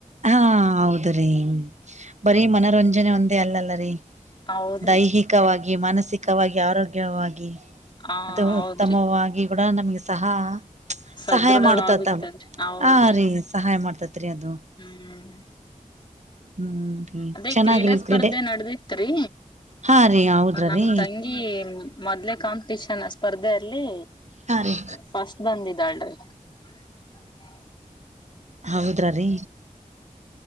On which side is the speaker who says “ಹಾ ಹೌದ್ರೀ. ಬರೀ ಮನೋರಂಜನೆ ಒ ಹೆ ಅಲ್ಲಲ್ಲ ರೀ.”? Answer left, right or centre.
Right